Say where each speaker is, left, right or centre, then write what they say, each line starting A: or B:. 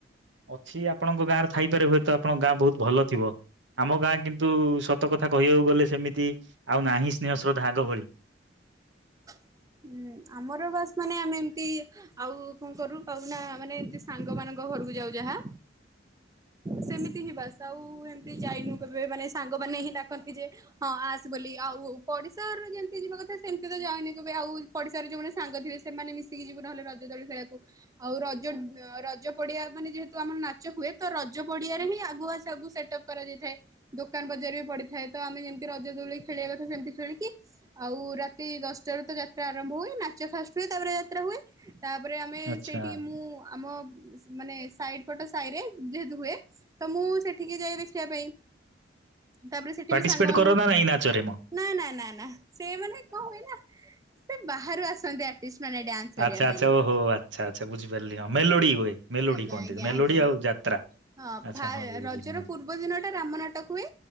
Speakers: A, on the right; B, on the right.
A: ଅଛି ଆପଣଙ୍କ ଗାଁରେ ଥାଇପାରେ ହୁଏତ ଆପଣଙ୍କ ଗାଁ ବହୁତ ଭଲ ଥିବ ଆମ ଗାଁ କିନ୍ତୁ ସତ କଥା କହିବାକୁ ଗଲେ ସେମିତି ଆଉ ନାହିଁ ସ୍ନେହ ଶ୍ରଦ୍ଧା ଆାଗ ଭଳି।
B: ହୁଁ ଆମର ବାସ ମାନେ ଆମେ ଏମତି ଆଉ। କଣ କରୁ ପାଉନା ମାନେ ଏମତି ସାଙ୍ଗ ମାନଙ୍କ ଘରକୁ ଯାଉ ଯାହା। ସେମିତି। ଏତିକି ବାସ ଆଉ ଏମତି ଯାଇନୁ କେବେ ମାନେ ସାଙ୍ଗ ମାନ ହିଁ ଡାକନ୍ତି ଯେ ହଁ ଆସ ବୋଲି ଆଉ ପଡିଶାରେ ଯେମତି ଯିବା କଥା ସେମିତି ତ ଯାଏନି। ଆଉ ପଡ଼ିଶାରେ ଯୋଉମାନେ ସାଙ୍ଗ ଥିବେ ସେମାନେ ମିଶିକି ଯିବୁ ନହେଲେ ରଜ ଦୋଳି ଖେଳିବାକୁ ଆଉ ରଜ ଅ ରଜ ପଡିଆ ମାନେ ଯେହେତୁ ଆମର ନାଚ ହୁଏ ତ ରଜ ପଡିଆରେ ହିଁ ଆଗୁଆ ସବୁ ସେଟ ଅପ୍ କରାଯାଇଥାଏ। ଦୋକାନ ବଜାର ବି ପଡିଥାଏ। ତ ଆମେ ଯେମିତି ରଜ ଦୋଳି ଖେଳିବା କଥା ସେମିତି ଖେଳିକି ଆଉ ରାତି ଦଶ। ଟାରୁ ତ ଯାତ୍ରା ଆରମ୍ଭ ହୁଏ ନାଚ ଫାଷ୍ଟ ହୁଏ ତାପରେ ଯାତ୍ରା ହୁଏ। ତାପରେ ଆମେ
A: ଆଚ୍ଛା
B: ସେଇଠି ମୁଁ ଆମ। ମାନେ ସାଇଡ ପଟ ସାହିରେ ଯେହେତୁ ହୁଏ ତ ମୁଁ ସେଠିକି ଯାଏ ଦେଖିବା ପାଇଁ। ତାପରେ ସେଠି
A: ପାର୍ଟିସିପେଟ
B: ବି ସାଙ୍ଗମାନଙ୍କୁ
A: କର ନା ନାଇଁ ନାଚରେ ମ
B: ନା ନା ନା ନା ସେ ମାନେ କଣ ହୁଏ ନା। ସେ ବାହାରୁ ଆସନ୍ତି ଆର୍ଟିଷ୍ଟ ମାନେ ଡ୍ୟାନ୍ସ କରିବା
A: ଆଛା ଆଛା
B: ପାଇଁ
A: ଓହୋ ଆଛା ଆଛା ବୁଝିପାରିଲି ହଁ ମେଲୋଡି। ହୁଏ ମେଲୋଡି
B: ଆଜ୍ଞା
A: କହନ୍ତି
B: ଆଜ୍ଞା
A: ମେଲୋଡି
B: ଆଜ୍ଞା
A: ଆଉ ଯାତ୍ରା।
B: ହଁ
A: ଆଚ୍ଛା
B: ଫା
A: ହଁ ବୁଝିଲି
B: ରଜର
A: ହଁ
B: ପୂର୍ବ ଦିନ ଟା ରାମ ନାଟକ ହୁଏ।